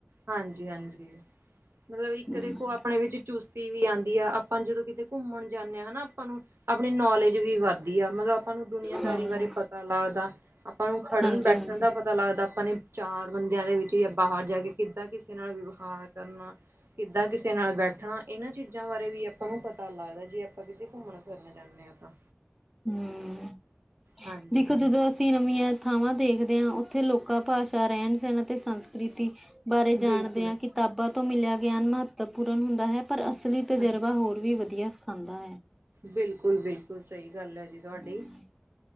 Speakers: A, on the right; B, in the centre.
A: ਹਾਂਜੀ-ਹਾਂਜੀ, ਮਤਲਬ ਇੱਕ
B: ਹਮ,
A: ਦੇਖੋ ਆਪਣੇ ਵਿੱਚ ਚੁਸਤੀ ਵੀ ਆਉਂਦੀ ਆ ਆਪ ਹਨ ਜੀ ਜਦੋਂ ਕਿਤੇ ਘੁੰਮਣ ਜਾਂਦੇ ਹਾਂ ਹੈਨਾ ਆਪਾਂ ਨੂੰ ਆਪਣੀ ਨੌਲੇਜ ਵੀ ਵੱਧਦੀ ਆ ਮਤਲਬ ਆਪਾਂ ਨੂੰ ਦੁਨੀਆਂਦਾਰੀ
B: ਹਾਂਜੀ
A: ਬਾਰੇ ਪਤਾ ਲੱਗਦਾ। ਆਪਾਂ ਨੂੰ ਖੜਨ
B: ਹਾਂਜੀ
A: ਬੈਠਣ
B: ਹਾਂਜੀ
A: ਦਾ ਪਤਾ ਲੱਗਦਾ ਆਪਾਂ ਨੇ ਚਾਰ ਬੰਦਿਆਂ ਦੇ ਵਿੱਚ ਜਾਂ ਬਾਹਰ ਜਾ ਕੇ ਕਿੱਦਾਂ ਕਿਸ ਨਾਲ ਵਿਵਹਾਰ ਕਰਨਾ ਕਿੱਦਾਂ ਕਿਸੇ ਨਾਲ ਬੈਠਣਾ ਇਹਨਾਂ ਚੀਜ਼ਾਂ ਬਾਰੇ ਵੀ ਆਪਾਂ ਨੂੰ ਪਤਾ ਲੱਗਦਾ ਜੇ ਆਪਾਂ ਕਿਤੇ ਘੁੰਮਣ ਫਿਰਨ ਜਾਂਦੇ। ਆ ਤਾ
B: ਹੂੰ,
A: ਹਾਂਜੀ-ਹਾਂਜੀ,
B: ਦੇਖੋ ਜਦੋਂ ਆ ਨਵੀਆਂ ਥਾਵਾਂ ਦੇਖਦੇ ਆ ਉੱਥੇ ਲੋਕਾਂ ਭਾਸ਼ਾ ਰਹਿਣ- ਸਹਿਣ ਅਤੇ ਸੰਸਕ੍ਰਿਤੀ ਬਾਰੇ
A: ਬਿਲਕੁਲ
B: ਜਾਣਦੇ ਆ ਕਿਤਾਬਾਂ ਤੋਂ ਮਿਲਿਆ ਗਿਆਨ ਮਹੱਤਵਪੂਰਨ ਹੁੰਦਾ ਹੈ ਪਰ ਅਸਲੀ ਤਜਰਬਾ
A: ਹਾਂਜੀ,
B: ਹੋਰ ਵੀ ਵਧੀਆ ਸਿਖਾਉਂਦਾ ਐ।
A: ਬਿਲਕੁਲ-ਬਿਲਕੁਲ ਸਹੀ ਗੱਲ ਹੈ ਜੀ ਤੁਹਾਡੀ।
B: <inaudible>